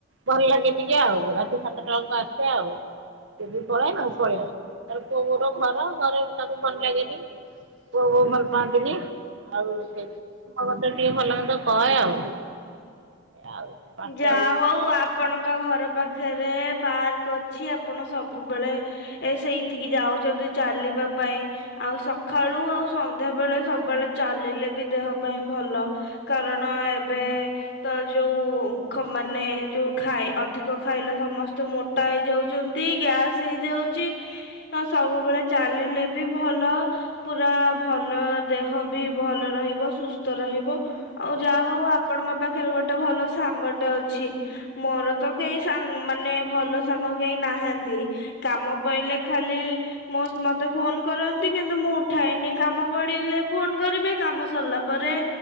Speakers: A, on the right (about 75°); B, on the left (about 60°).
A: ଭଲ ଲାଗେ ଟିକେ ଆଉ ରାତି ସାତଟା ବେଳକୁ ଆସେ ଆଉ ସିଏ ବି ପଳାଏ ମୁଁ ପଳେଇ ଆସେ ଆ ପୁଅ ବୋହୁର ଘର ଘରେ ତାଙ୍କୁ ଭଲ ଲାଗେନି ଓହ। ଭଲ ପାଆନ୍ତିନି ଆଉ ସେଇଠି ହଁ ମତେ ଟିକେ ଭଲ ମନ୍ଦ କହେ ଆଉ। ଆଉ ପାଞ୍ଚଟା
B: ଯାହା
A: ବେଳକୁ
B: ହଉ ଆପଣଙ୍କ ଘର ପାଖ ପାଖରେ ପାର୍କ ଅଛି ଆପଣ ସବୁବେଳେ ଏ ସେଇଠିକି ଯାଉଛନ୍ତି ଚାଲିବା ପାଇଁ ଆଉ ସକାଳୁ ଆଉ ସନ୍ଧ୍ୟା ବେଳେ ସବୁବେଳେ ଚାଲିଲେ ବି ଦେହ ପାଇଁ ଭଲ କାରଣ ଏବେ ତ ଯୋଉ ମାନେ ଯୋଉ ଖାଇ ଅଧିକ ଖାଇଲେ ସମସ୍ତେ ମୋଟା ହେଇଯାଉଛନ୍ତି ଗ୍ୟାସ ହେଇଯାଉଛି ସବୁବେଳେ ଚାଲିଲେ ବି ଭଲ ପୁରା ଭଲ ଦେହ ବି ଭଲ ରହିବ ସୁସ୍ଥ ରହିବ ଆଉ ଯାହା ହଉ ଆପଣଙ୍କ ପାଖରେ ଗୋଟେ ଭଲ ସାଙ୍ଗଟେ ଅଛି। ମୋର ତ କେହି ସାଙ୍ଗ ମାନେ ଭଲ ସାଙ୍ଗ କେହି ନାହାନ୍ତି। କାମ ପାଇଲେ ଖାଲି ମୋ ମତେ ଫୋନ କରନ୍ତି କିନ୍ତୁ ମୁଁ ଉଠାଇନି କାମ ପଡିଲେ ଫୋନ କରିବେ କାମ ସରିଲା ପରେ